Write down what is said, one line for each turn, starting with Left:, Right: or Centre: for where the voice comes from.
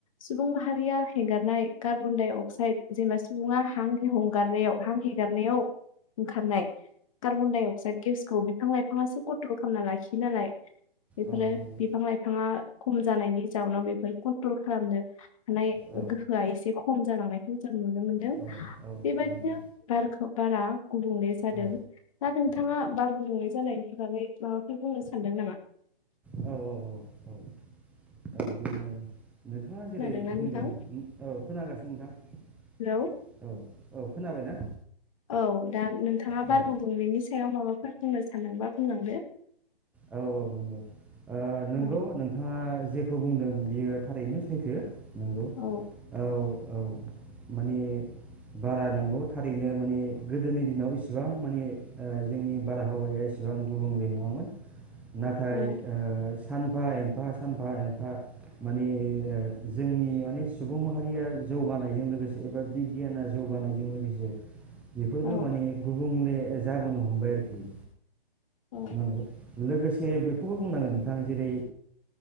Left: सुबुं माहारिया हेंगारनाय कार्बन डाइ अक्साइद जेनबा सुबुङा हां हगारनायाव हां हेगारनायाव ओंखारनाय कार्बन डाइ अक्साइड गेसखौ बिफां लाइफाङासो कन्ट्रल खालामना लाखियो नालाय बेफोरो
Centre: नंगौ
Left: बिफां लाइफाङा खम जानायनि जाउनाव बेफोर कन्ट्रल खालामनो हानाय
Centre: औ
Left: गोहोआ एसे खम जालांनायखौ जों नुनो मोनदों
Centre: औ नंगौ औ
Left: बेबायदिनो
Centre: नंगौ
Left: बारखौ बारा गुबुंले जादों
Centre: औ
Left: दा नोंथाङा बार गुबुंले जानायनि हि <unintelligible> बागै माबाफोर बुंनो सानदों नामा
Centre: औ औ औ औ दा बिदिनो <inaudible> नोंथाङा जेरै
Left: खोनादोंना
Centre: बुंदों
Left: नोंथां
Centre: औ खोनागासिनो नोंथां
Left: हेलौ
Centre: औ औ खोनाबायना?
Left: औ दा नोंथाङा
Centre: औ
Left: बार गुबुंनाय बेनि सायाव माबा फोर बुंनो सानदोंबा बुंलांदो।
Centre: औ औ नंगौ नोंगौ
Left: औ
Centre: नोंथाङा जे बेखौ बुंदों बियो थारैनो सैथो नंगौ
Left: औ
Centre: औ औ माने बारा नंगौ थारैनो माने गोदोनि दिनाव इसेबां माने जोंनि बारहावाया एसेबां गुबुंले नङामोन। नाथाय
Left: औ
Centre: ओ सानफा एनफा सानफा एनफा माने जोंनि माने सुबुं माहारिया जौगानायजों लोगोसे एबा बिगियाना जौगानायजों लोगोसे बेफोरबो
Left: औ
Centre: माने गुबुंले जाबोनो हमबाय आरोखि
Left: औ
Centre: नंगौ लोगोसे बेखौबो बुंनांगोन नोंथां जेरै